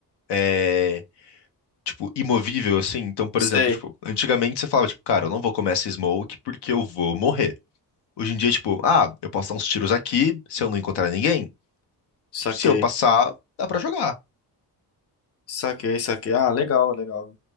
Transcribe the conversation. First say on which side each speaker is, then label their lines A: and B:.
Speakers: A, on the left (about 85°); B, on the left (about 40°).
A: é, tipo, imovível, assim. Então, por
B: Sei,
A: exemplo, tipo, antigamente você falava, tipo, cara, eu não vou comer essa smoke porque eu vou morrer. Hoje em dia, tipo, ah, eu posso dar uns tiros aqui, se eu não encontrar ninguém,
B: saquei,
A: se eu passar, dá pra jogar.
B: saquei, saquei. Ah, legal, legal.